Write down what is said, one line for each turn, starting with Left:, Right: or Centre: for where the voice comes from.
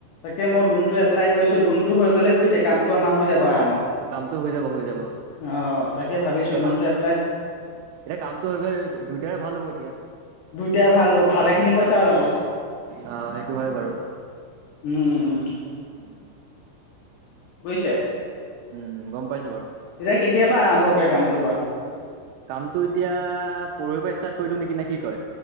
Left: তাকে মই লোনটো এপ্লাই কৰিছো লোনটো হৈ গ'লে বুজিছে কামটো আমাৰ হৈ যাব আৰামত
Right: কামটো হৈ যাব হৈ যাব
Left: অঁ তাকে ভাবিছোঁ
Right: এ
Left: লোনটো
Right: কাম
Left: এপ্লাই
Right: এ কামটো হৈ গলে দুয়ইটাৰে ভাল হ'ব এতিয়া
Left: দুইটাই ভাল হব ভালেখিনি পইচা ওলাব
Right: অ সেইটো হয় বাৰু
Left: উম
Right: উম
Left: বুজিছে
Right: উম গম পাইছো বাৰু
Left: তেতিয়া কেতিয়াৰ পৰা আৰম্ভ কৰে কামটো কৰা
Right: কামতটো এতিয়া পৰহৰ পৰা ষ্টাৰ্ট কৰি দিওঁ না নেকি কয়